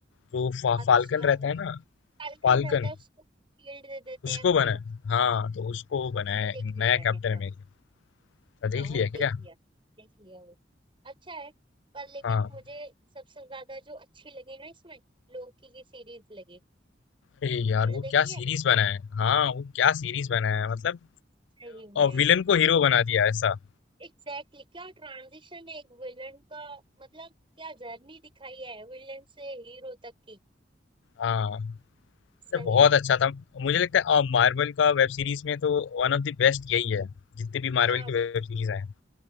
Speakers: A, on the left; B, on the right.
A: तो फा,
B: अच्छा
A: फाल्कन रहता है ना
B: फाल्कन
A: फाल्कन
B: रहता है उसको शील्ड दे देते
A: उसको
B: हैं
A: बना
B: हाँ
A: हाँ तो उसको बनाया
B: वो
A: है
B: देख लिया
A: नया
B: मैंने
A: कैप्टन
B: हाँ
A: अमेरिका तो
B: हाँ
A: देख
B: वो
A: लिया
B: देख
A: क्या
B: लिया देख लिया वो अच्छा है पर लेकिन
A: हाँ
B: मुझे सबसे ज्यादा जो अच्छी लगी ना इसमें लोकी की सीरीज लगी
A: अरे यार
B: तुमने
A: वो
B: देखी
A: क्या
B: है
A: सीरीज बना है हाँ वो क्या सीरीज बना है मतलब
B: सही में
A: विलन को हीरो बना दिया ऐसा
B: एग्जैक्टली exactly. क्या ट्रांजिशन है एक विलन का मतलब क्या जर्नी दिखाई है विलन से हीरो तक की
A: हाँ मतलब
B: सही
A: बहुत
B: में
A: अच्छा था मुझे लगता है मार्वल का वेब सीरीज में तो वन ऑफ द बेस्ट यही है जितने भी मार्वल
B: हाँ
A: के वेब सीरीज आए हैं।